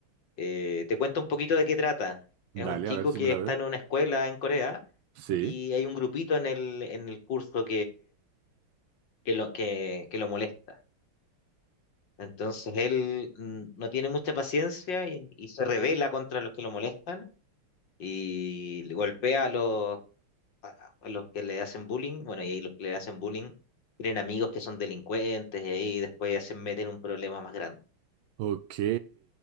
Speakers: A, on the left; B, on the right.
A: Eh, te cuento un poquito de qué trata. Es
B: Dale,
A: un chico
B: a ver si
A: que
B: me la
A: está
B: veo.
A: en una escuela en Corea
B: Sí.
A: y hay un grupito en el, en el curso que lo, que, que lo molesta. Entonces él mm, no tiene mucha paciencia y, y se revela contra los que lo molestan y le golpea a los, a- a los que le hacen bullying. Bueno, y ahí los que le hacen bullying tienen amigos que son delincuentes y ahí después ya se meten en un problema más grande.
B: Ok.